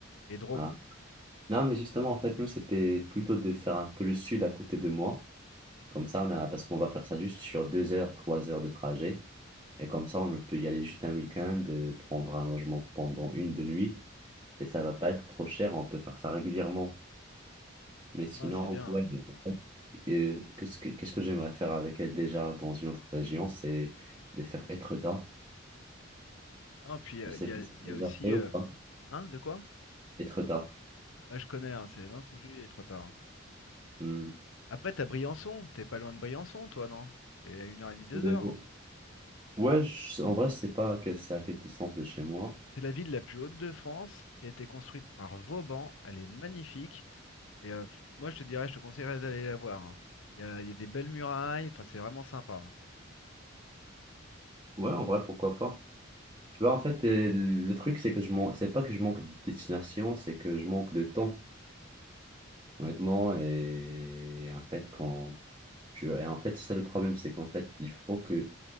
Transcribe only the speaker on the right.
Hein? Non, mais justement, en fait, nous, c'était plutôt de faire un peu le sud à côté de moi. Comme ça, on a, parce qu'on va faire ça juste sur deux heures, trois heures de trajet. Et comme ça, on peut y aller juste un week-end, euh, prendre un logement pendant une de nuit. Et ça va pas être trop cher, on peut faire ça régulièrement. Mais sinon,
ouais, en fait, euh, qu'est-ce que, qu'est-ce que j'aimerais faire avec elle déjà dans une autre région, c'est de faire Etretat.
Je sais
pas
si
c'est déjà
fait ou
pas.
Etretat.
Hmm.
Euh,
ouais, je- en vrai, je sais pas que c'est à quelle distance de chez moi.
Ouais, en vrai, pourquoi pas. Tu vois, en fait, euh, le truc, c'est que je manque, c'est pas que je manque de destination, c'est que je manque de temps, honnêtement. Et, et en fait, quand tu et en fait, c'est ça le problème, c'est qu'en fait, il faut que